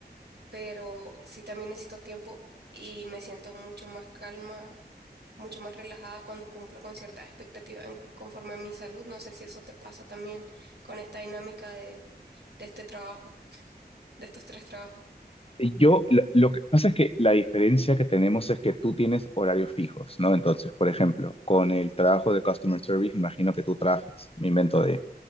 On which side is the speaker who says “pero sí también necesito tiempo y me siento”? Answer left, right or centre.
Right